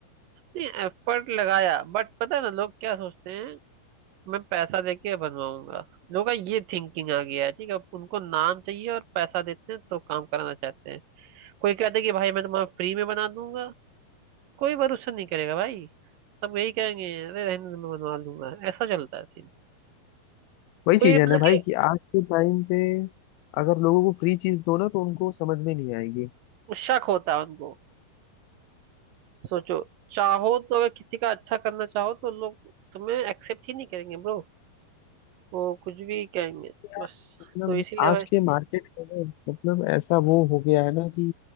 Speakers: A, on the right; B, on the left.
A: नहीं एफर्ट लगाया बट पता है ना लोग क्या सोचते हैं मैं पैसा देके बनवाऊंगा लोगों का ये थिंकिंग आ गया है ठीक है उनको नाम चाहिए और पैसा देते हैं तो काम कराना चाहते हैं कोई कहते हैं कि भाई मैं तुम्हारा फ्री में बना दूंगा कोई भरोसा नहीं करेगा भाई सब यही कहेंगे अरे रहने दो, मैं बनवा लूंगा ऐसा चलता है सीन
B: वही
A: कोई
B: चीज है
A: मतलब
B: ना भाई
A: कि
B: कि आज के टाइम पे अगर लोगों को फ्री चीज दो ना तो उनको समझ में नहीं आएगी
A: शक होता है उनको सोचो चाहो तो अगर किसी का अच्छा करना चाहो तो लोग तुम्हें एक्सेप्ट ही नहीं करेंगे ब्रो वो कुछ भी कहेंगे
B: यार
A: बस
B: मतलब
A: तो इसीलिए
B: आज
A: भाई
B: के मार्केट में ना, मतलब ऐसा वो हो गया है ना कि